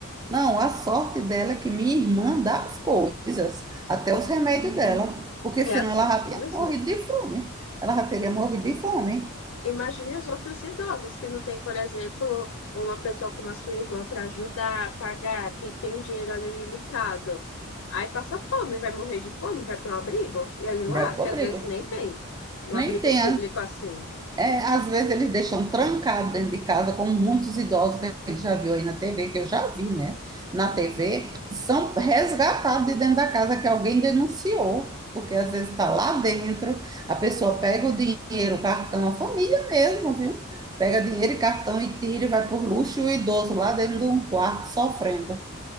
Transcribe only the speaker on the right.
Não, a sorte dela é que minha irmã dá as coisas, até os remédios dela, porque
senão
ela já tinha
morrido de fome. Ela já teria morrido de fome.
Vai pro
abrigo.
Nem tem,
É, às vezes eles deixam trancado dentro de casa, como muitos idosos que a gente já viu aí na TV, que eu já vi, né? Na TV, que são resgatados de dentro da casa que alguém denunciou, porque às vezes está lá dentro, a pessoa pega o dinheiro, o cartão, a família mesmo, viu? Pega dinheiro e cartão e tira e vai por luxo e o idoso lá dentro de um quarto sofrendo,